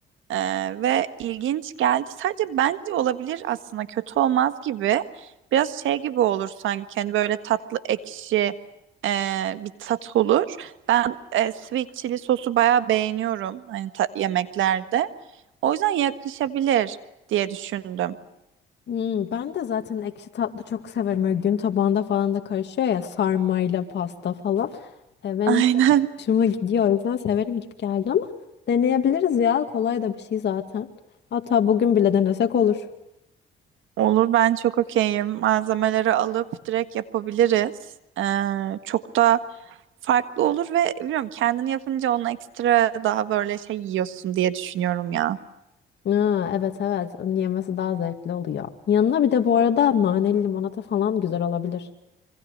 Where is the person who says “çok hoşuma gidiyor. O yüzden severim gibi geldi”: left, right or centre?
Left